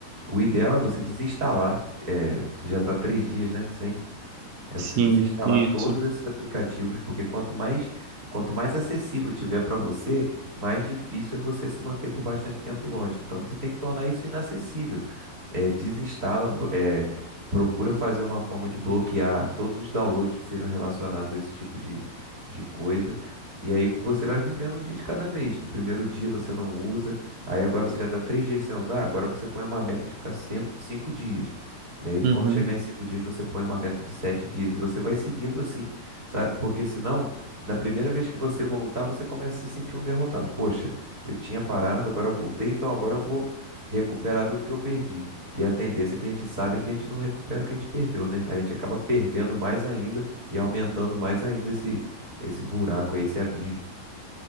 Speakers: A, on the right; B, on the right.
A: O ideal é você desinstalar. é, você já está três dias, né, sem é
B: sim,
A: você desinstalar
B: isso.
A: todos esses aplicativos, porque quanto mais, quanto mais acessível tiver para você, mais difícil é você se manter por bastante tempo longe. Então você tem que tornar isso inacessível. É, desinstala, bo- é, procura fazer uma forma de bloquear todos os downloads que sejam relacionados a esse tipo de, de coisa. E aí você vai vivendo um dia de cada vez. No primeiro dia você não usa, aí agora você já está três dias sem usar, agora você põe uma meta de ficar cinco, cinco dias. E aí, quando
B: Uhum.
A: chegar em cinco dias, você põe uma meta de sete dias e você vai seguindo assim, sabe? Porque senão, na primeira vez que você voltar, você começa a se sentir um derrotado. Poxa, eu tinha parado, agora eu voltei, então agora eu vou recuperar tudo que eu perdi. E a tendência que a gente sabe é que a gente não recupera o que a gente perdeu, né? A gente acaba perdendo mais ainda e aumentando mais ainda esse, esse buraco aí, esse abismo.